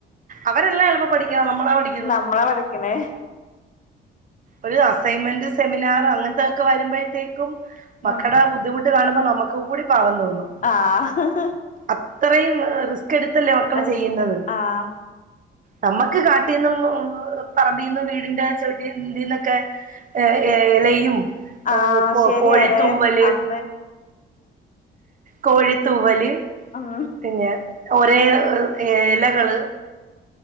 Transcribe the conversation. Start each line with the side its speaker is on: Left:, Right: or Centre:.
Right: അവരെല്ലാം എളുപ്പം പഠിക്കണത് നമ്മളാ പഠി
Left: നമ്മളാ പഠിക്കണെ
Right: ഒരു അസൈൻമെന്റ് സെമിനാർ അങ്ങനതൊ ക്കെ വരുമ്പഴത്തേക്കും മക്കടെ
Left: ഉം
Right: ആ ബുദ്ധിമുട്ട് കാണുമ്പോ നമുക്ക് കൂടി പാവം തോന്നും
Left: ആഹ്
Right: അത്രയും റിസ്ക് എടുത്തല്ലേ മക്കള്
Left: റിസ്ക്
Right: ചെയ്യുന്നത്
Left: ആഹ്
Right: നമ്മക്ക് കാട്ടീ ന്നും പറമ്പീന്നു വീടിന്റെ ചെവി ട്ടി ഇന്ത്യന്നൊക്കെ എ, എലയും ഏഹ്
Left: ആഹ്
Right: കോ,
Left: ശരിയാലേ
Right: കോഴിത്തൂവല്
Left: അന്ന്
Right: കോഴിത്തൂവല്
Left: ഉം
Right: പിന്നെ ഒരേ ഏലകള്